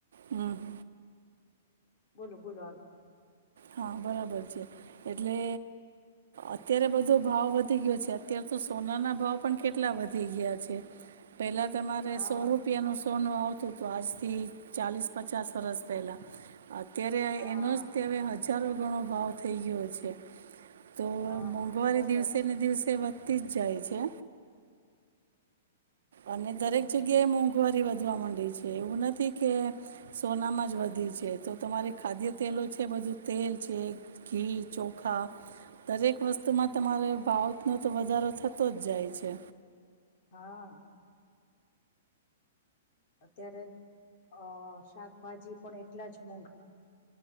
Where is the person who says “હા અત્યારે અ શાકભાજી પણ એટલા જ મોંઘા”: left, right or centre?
Left